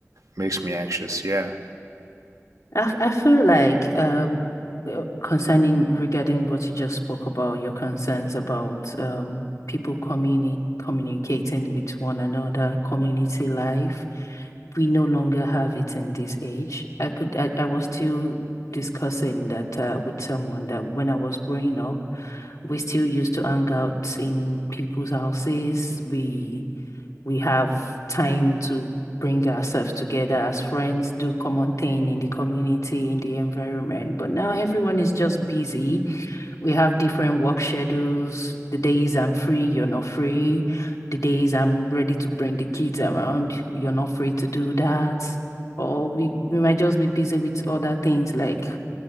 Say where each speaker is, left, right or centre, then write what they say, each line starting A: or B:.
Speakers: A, on the right (about 80°); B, on the left (about 80°).
A: makes me anxious. Yeah,
B: I, I feel like um uh, concerning regarding what you just spoke about, your concerns about um people communi communicating with one another, community life, we no longer have it in this age. I could I, I was still discussing that uh, with someone that when I was growing up, we still used to hang out in people's houses. We we have time to bring ourselves together as friends, do common thing in the community, in the environment. But now everyone is just busy. We have different work schedules. The days I'm free, you're not free. The days I'm ready to bring the kids around, you're not free to do that. Or we, we might just be busy with other things like